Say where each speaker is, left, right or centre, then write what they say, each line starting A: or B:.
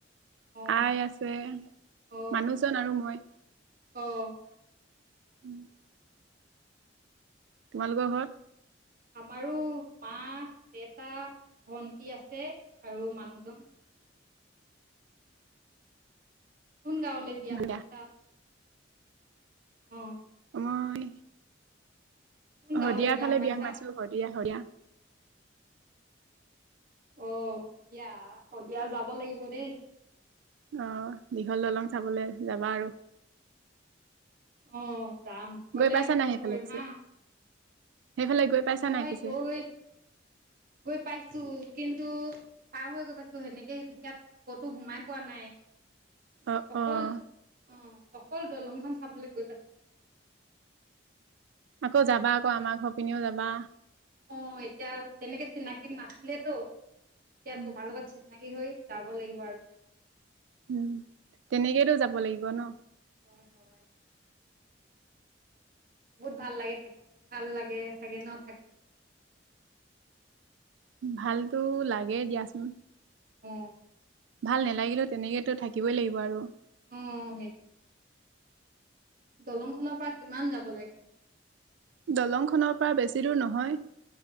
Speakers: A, on the right; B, on the right.
A: অ
B: আই আছে,
A: অ
B: মানুহজন আৰু মই।
A: অ'।
B: <inaudible> তোমালোকৰ ঘৰত?
A: আমাৰো মা, দেতা, ভন্টি আছে আৰু মানুহজন। কোন গাঁৱলৈ বিয়া
B: দিয়া
A: সোমাইছা? অ'।
B: মই
A: কোন
B: শদিয়াফালে
A: গাঁৱলৈ সোমাইছা
B: বিয়া সোমাইছো শদিয়া, শদিয়া।
A: অ', শদিয়া, শদিয়া যাব লাগিব দেই।
B: আহ দীঘল দলং চাবলে যাবা আৰু।
A: অ' যাম গলে
B: গৈ পাইছা
A: ফোন
B: নাই সেইফালে
A: কৰিম
B: পিছে
A: হা।
B: সেইফালে গৈ পাইছা
A: মই
B: নাই পিছে
A: গৈ গৈ পাইছো। কিন্তু পাৰ হৈ গৈ পাইছো সেনেকে হিয়াত ক'তো সোমাই পোৱা নাই।
B: অ'
A: অকল
B: অ'
A: অ অকল দলংখন চাবলে গৈ পাইছো।
B: আকৌ যাবা আকৌ আমাৰ ঘৰ পিনিও যাবা।
A: অ' এতিয়া তেনেকে চিনাকি নাছিলেতো এতিয়া
B: অ
A: তোমাৰ লগত চিনা চিনাকি হৈ যাব লাগিব আৰু।
B: উম, তেনেকেইতো যাব লাগিব ন?
A: হয় হয়। বহুত ভাল লাগে থাক ভাল লাগে চাগে ন' থাক
B: ভালতো লাগে দিয়াচোন।
A: অ',
B: ভাল নেলাগিলেও তেনেকেইতো থাকিবই লাগিব আৰু।
A: অ, সেই দলং খনৰ পা কিমান যাব লাগে?
B: দলংখনৰ পা বেছি দূৰ নহয়।